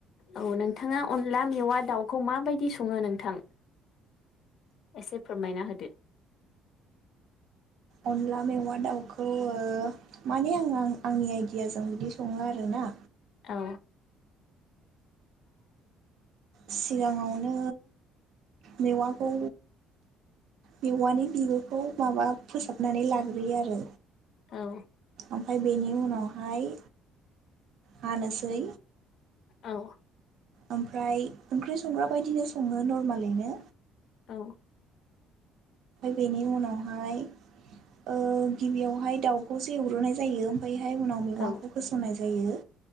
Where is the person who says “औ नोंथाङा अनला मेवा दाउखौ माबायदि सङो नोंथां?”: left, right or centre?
Left